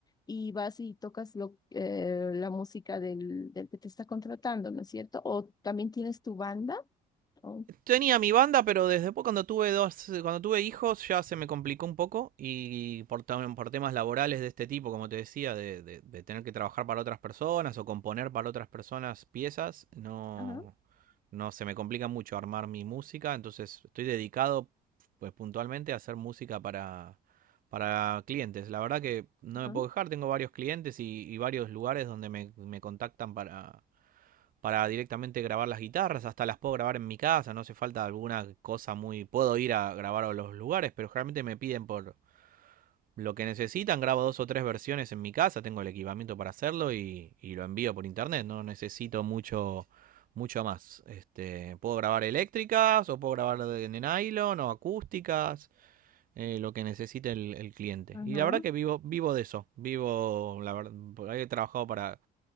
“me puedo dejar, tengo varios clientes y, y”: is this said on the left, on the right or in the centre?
Right